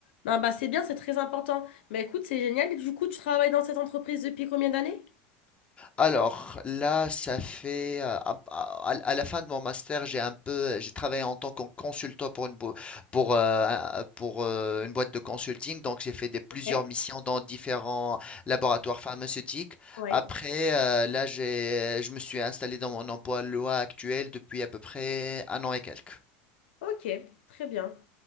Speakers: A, on the left; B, on the left.
A: Non, bah c'est bien, c'est très important. Bah écoute, c'est génial. Et du coup, tu travailles dans cette entreprise depuis combien d'années?
B: Alors là, ça fait euh, à, à- à la fin de mon master, j'ai un peu, j'ai travaillé en tant que consultant pour une bo- pour euh, un- pour euh, une boîte de consulting. Donc j'ai fait des plusieurs
A: Ok.
B: missions dans différents laboratoires pharmaceutiques.
A: Oui.
B: Après, euh, là, j'ai, je me suis installé dans mon emploi loi actuel depuis à peu près un an et quelques.
A: Ok, très bien.